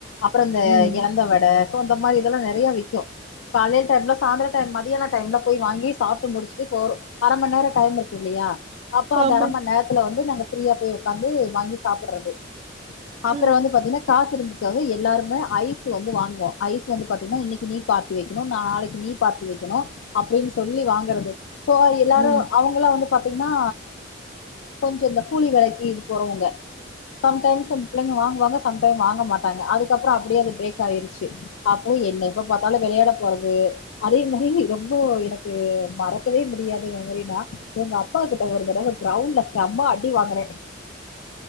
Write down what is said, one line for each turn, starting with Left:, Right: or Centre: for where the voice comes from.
Left: அப்புறோ இந்த
Right: ம்
Left: எலந்த வட சோ இந்த மாரி இதெல்லா நெறைய விக்கோ காலைல டைம்ல சாந்தர டைம் மத்தியான டைம்ல போய் வாங்கி சாப்டு முடிச்சிட்டு போறோ அர மண் நேரோ டைம் இருக்குல்லியா அப்ப அந்த
Right: ஆமா.
Left: அர மண் நேரத்துல வந்து நாங்க ஃப்ரீயா போய் உக்காந்து வாங்கி சாப்பட்றது அப்புறோ
Right: ம்
Left: வந்து பாத்தீன்னா காசு இருந்துக்காக எல்லாருமே ஐஸ்ஸு வந்து வாங்குவோ ஐஸ்ஸு வந்து பாத்தீங்கன்ன இன்னிக்கி நீ பார்ட்டி வெக்கணு நாளைக்கு நீ நீ பார்டி வெக்கணு அப்டின் சொல்லி வாங்கறது சோ எல்லாரு
Right: ம்.
Left: அவங்களா வந்து பாத்தீங்ன்னா கொஞ்சோ இந்த கூலி வேலைக்கி போறவுங்க சம்டைம்ஸ் வந் பிள்ளைங்க வாங்குவாங்க சம்டைம் வாங்க மாட்டாங்க அதுக்கப்புறோ அப்டியே அது பிரேக் ஆயிறுச்சி அப்புறோ என்ன எப்ப பாத்தாலு வேல் விளையாடபோறது அதே மாரி ரொம்ப எனக்கு மறக்கவே முடியாத மெமரினா எங் க அப்பா கிட்ட ஒரு தடவ கிரவுண்ட்ல செம அடி வாங்கனே